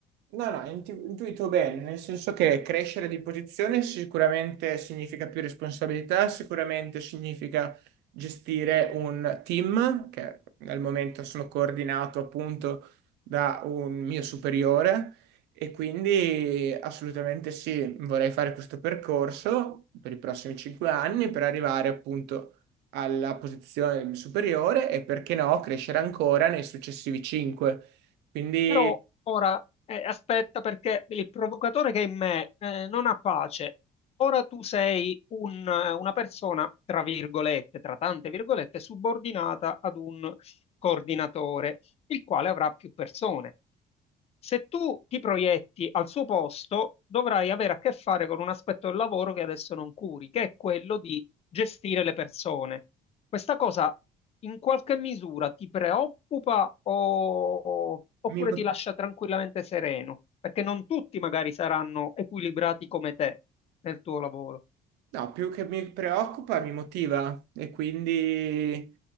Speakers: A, on the right; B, on the left.
A: No, no, hai intu- intuito bene, nel senso che crescere di posizione sicuramente significa più responsabilità, sicuramente significa gestire un team, che al momento sono coordinato appunto da un mio superiore e quindi assolutamente sì, vorrei fare questo percorso per i prossimi cinque anni per arrivare appunto alla posizione superiore e perché no, crescere ancora nei successivi cinque. Quindi
B: Però ora eh, aspetta perché il provocatore che è in me eh, non ha pace. Ora tu sei un- una persona, tra virgolette, tra tante virgolette, subordinata ad un coordinatore il quale avrà più persone. Se tu ti proietti al suo posto, dovrai avere a che fare con un aspetto del lavoro che adesso non curi, che è quello di gestire le persone. Questa cosa in qualche misura ti preoccupa o- oppure
A: mi motiva
B: ti lascia tranquillamente sereno? Perché non tutti magari saranno equilibrati come te nel tuo lavoro.
A: No, più che mi preoccupa, mi motiva e quindi